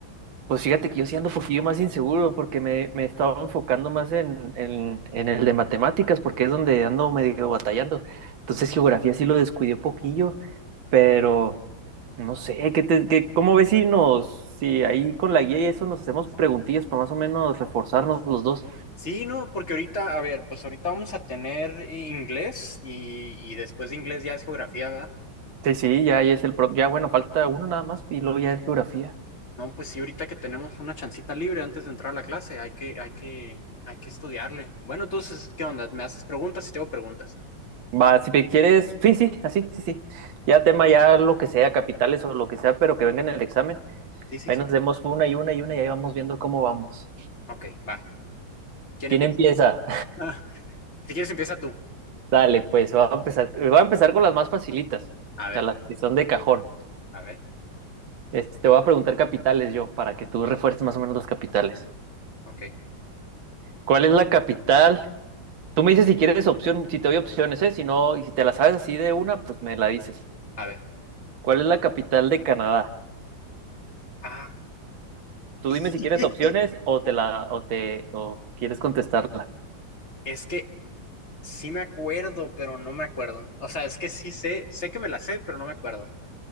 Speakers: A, on the right; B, on the left.
A: Pues fíjate que yo sí ando un poquillo más inseguro porque me, me estaba enfocando más en, en, en el de matemáticas porque es donde ando medio batallando. Entonces geografía sí lo descuidé poquillo, pero no sé, ¿qué te, qué- cómo ves si nos, si ahí con la guía y eso nos hacemos preguntillas para más o menos reforzarnos los dos?
B: Sí, no, porque ahorita, a ver, pues ahorita vamos a tener i- inglés y, y después de inglés ya es geografía, ¿verdad?
A: Sí, sí, ya ahí es el pro. Ya bueno, falta uno nada más y luego ya es geografía.
B: No, pues sí, ahorita que tenemos una chancita libre antes de entrar a la clase, hay que, hay que, hay que estudiarle. Bueno, entonces, ¿qué onda? ¿Me haces preguntas y te hago preguntas?
A: Va, si te quieres, sí, sí, así, sí, sí. Ya tema, ya lo que sea, capitales o lo que sea, pero que venga en el examen.
B: Sí, sí,
A: Ahí
B: sí.
A: nos demos una y una y una y ahí vamos viendo cómo vamos.
B: Ok, va. ¿Quién
A: ¿Quién
B: empieza?
A: empieza?
B: <laughs> Si quieres, empieza tú.
A: <laughs> Dale, pues va a empezar, va a empezar con las más facilitas,
B: A ver,
A: o sea, las que son de cajón.
B: a ver,
A: Este, te voy a preguntar capitales yo, para que tú refuerces más o menos las capitales.
B: ok,
A: ¿Cuál es la capital? Tú me dices si quieres opción, si te doy opciones, ¿eh? Si no, y si te la sabes así de una, pues me la dices.
B: a ver.
A: ¿Cuál es la capital de Canadá?
B: Ah,
A: Tú
B: <laughs>
A: dime si quieres opciones o te la o te o quieres contestarla.
B: es que sí me acuerdo, pero no me acuerdo. O sea, es que sí sé, sé que me la sé, pero no me acuerdo.